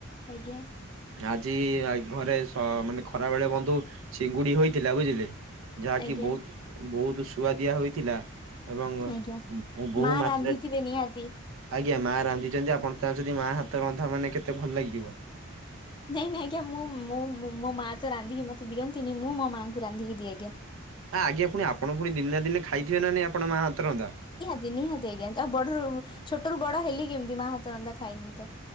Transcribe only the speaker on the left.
ଆଜ୍ଞା।
ଆଜ୍ଞା
ଆଜ୍ଞା
ମା
ରାନ୍ଧିଥିବେ ନିହାତି
ନାଇଁ ନାଇଁ ଆଜ୍ଞା ମୁଁ ମୁଁ ମୁଁ ମୋ ମା ତ ରାନ୍ଧିକି ମତେ ଦିଅନ୍ତିନି ମୁଁ ମୋ ମାଆଙ୍କୁ ରାନ୍ଧିକି ଦିଏ ଆଜ୍ଞା।
ଦି ନିହାତି ଆଜ୍ଞା ଆଉ ବଡରୁ ଛୋଟ ରୁ ବଡ ହେଲି କେମିତି ମା ହାତ ରନ୍ଧା ଖାଇନି ତ।